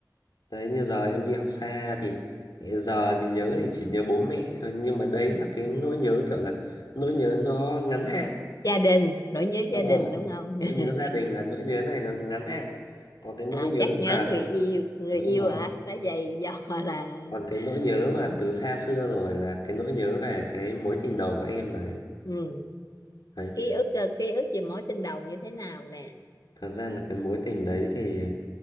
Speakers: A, on the left (about 80°); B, on the left (about 55°).
A: Đấy như giờ em đi học xa thì giờ thì nhớ thì chỉ nhớ bố mẹ thôi nhưng mà đấy là cái nỗi nhớ kiểu là nỗi nhớ nó ngắn hạn
B: gia đình nỗi nhớ gia
A: đúng
B: đình
A: rồi
B: đúng không <laughs>
A: nỗi nhớ gia đình là nỗi nhớ này nó ngắn hạn còn cái nỗi
B: à,
A: nhớ
B: chắc nhớ
A: mà
B: người yêu người
A: đúng
B: yêu
A: rồi
B: hả đã vậy do <laughs> là
A: còn cái nỗi nhớ
B: ừ.
A: mà từ xa xưa rồi là cái nỗi nhớ về cái mối tình đầu của em đấy
B: Ừ.
A: đấy
B: ký ức ờ, ký ức về mối tình đầu như thế nào nè
A: thật ra là cái mối tình đấy thì